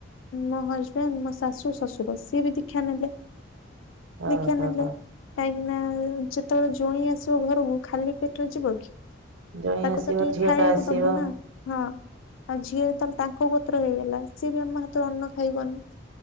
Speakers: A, on the left (about 80°); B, on the right (about 75°).
A: ମୋ ହଜବେଣ୍ଡ ମୋ ଶାଶୁ ଶଶୁର ସିଏ ବି ଦିକ୍ଷା ନେଲେ।
B: ଓହୋ
A: ଦିକ୍ଷା ନେଲେ କାହିଁକି ନା ଯେତେବେଳେ ଜଇଁ ଆସ ତୋ ଘରକୁ ଖାଲି ପେଟରେ ଯିବ କି?
B: ଜଣେ
A: ତାକୁ
B: ଆସିବ
A: ତ ଟିକେ
B: ଝିଅ
A: ଖାଇବାକୁ
B: ଟା ଆସିବ।
A: ଦବୁ ନା ହଁ ଆଉ ଯିଏ ତାହେଲେ ତାଙ୍କ ତ୍ର ହେଇଗଲା ସିଏ ବି ଆମ ହାତରେ ଅନ୍ନ ଖାଇଗନି